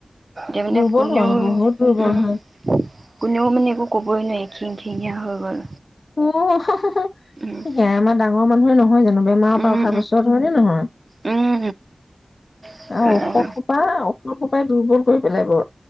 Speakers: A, on the right (about 50°); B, on the left (about 70°).
A: যে মানে
B: দুৰ্বল
A: কোনেও
B: হয় বহুত দুৰ্বল
A: উম
B: হয়
A: কোনেও মানে একো কব'ই নোৱাৰি খিং খিঙিয়া হৈ গ'ল
B: অ হহু
A: উম,
B: সেয়াই আমাৰ ডাঙৰ মানুহে নহয় হয় জানো বেমাৰৰ
A: উম,
B: পৰা উঠাৰ পিছত হয়নে নহয়
A: উম, উম,
B: আৰু ঔষধ খোপা মোক সোপাই দুৰ্বল কৰি পেলাই বৰ